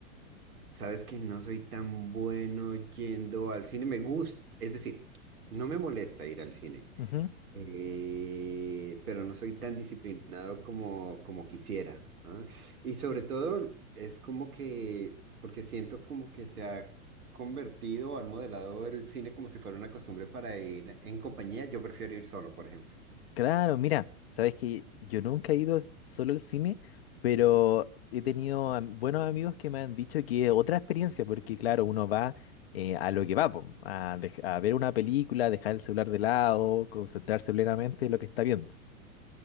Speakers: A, on the right; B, on the left.
A: Sabes que no soy tan bueno yendo al cine. Me gusta, es decir, no me molesta ir al cine,
B: Ujú.
A: eh, pero no soy tan disciplinado como, como quisiera. ¿ah? Y sobre todo es como que, porque siento como que se ha convertido o han modelado el cine como si fuera una costumbre para ir en compañía. Yo prefiero ir solo, por ejemplo.
B: Claro, mira, sabes que yo nunca he ido solo al cine, pero he tenido am- buenos amigos que me han dicho que es otra experiencia, porque claro, uno va eh, a lo que va, po, a, dej- a ver una película, dejar el celular de lado, concentrarse plenamente en lo que está viendo.